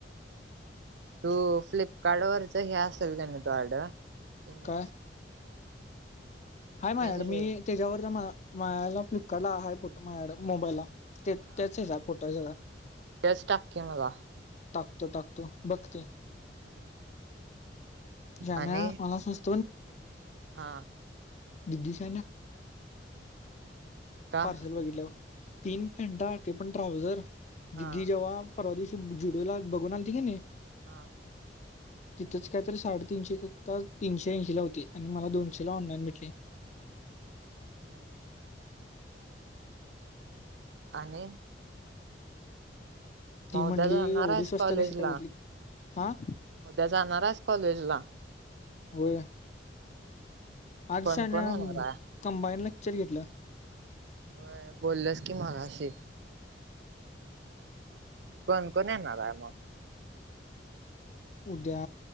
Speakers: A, on the right; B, on the left.
A: तू फ्लिपकार्ट वरच हे असेल का नाही तू ऑर्डर <unintelligible>
B: काय हाय
A: इमेज
B: मायकड, मी
A: रे
B: त्याच्यावर मायाला फ्लिपकार्ट ला आहे फोटो मायाकड मोबाईलला. <unintelligible>
A: हा मग तेच टाक की मला.
B: टाकतो टाकतो बघते,
A: हम्म.
B: शान्या
A: आणि
B: मला सुच <unintelligible>
A: हा
B: दिदी <unintelligible>
A: का
B: पार्सल बघितल्यावर तीन पॅन्टा ते पण ट्राऊझर
A: हा
B: दिदी जेव्हा परवा दिवशी जुडुला बघून आलती की नाही?
A: हां
B: <inaudible> तिथंच काय तरी, साडेतीनशे का तीनशे ऐंशी ला होती आणि मला दोनशे ला ऑनलाईन भेटली?
A: हम्म आणि
B: ती
A: मग उद्या
B: म्हणली,
A: जाणार
B: एवढी
A: आहेस
B: स्वस्त
A: कॉलेजला?
B: कशी काय भेटली? हं...
A: उद्या जाणाराइस कॉलेजला?
B: होय, आज
A: कोण
B: शान्या
A: कोण येणार
B: <unintelligible>
A: आहे?
B: कंमबाईन लेक्चर घेतलं.
A: होय बोलल्यास की मगाशी. कोण कोण येणार आहे मग?
B: उद्या